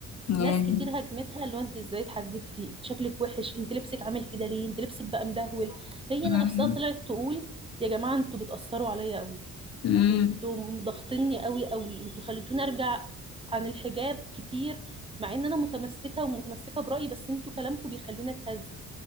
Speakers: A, on the left (about 60°); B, on the right (about 20°).
A: يعني-
B: ناس كتير هاجمتها اللي هو انت ازاي اتحجبتي انت شكلك وحش انت لبسك عامل كده ليه انت لبسك بقى مدهول هي
A: مم.
B: نفسها طلعت تقول يا جماعه انتوا بتاثروا عليا قوي
A: مم.
B: انتوا ضاغطيني قوي قوي انتوا خليتوني ارجع عن الحجاب كتير مع ان انا متمسكه ومتمسكه برايي بس انتوا كلامكم بيخلوني اتهز